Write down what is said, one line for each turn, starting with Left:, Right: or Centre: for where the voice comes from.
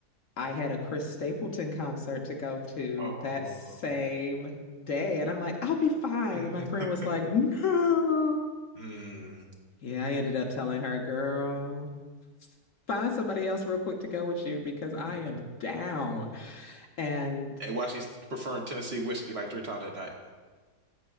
Left: I had a Chris Stapleton concert to go to
Right: Oh.
Left: that same day, and I'm like, I'll be fine.
Right: <laughs>
Left: And my friend was like, No.
Right: Mm.
Left: Yeah, I ended up telling her, girl. Find somebody else real quick to go with you because I
Right: Mm.
Left: am down. And
Right: And why she's preferring Tennessee whiskey like three times a night.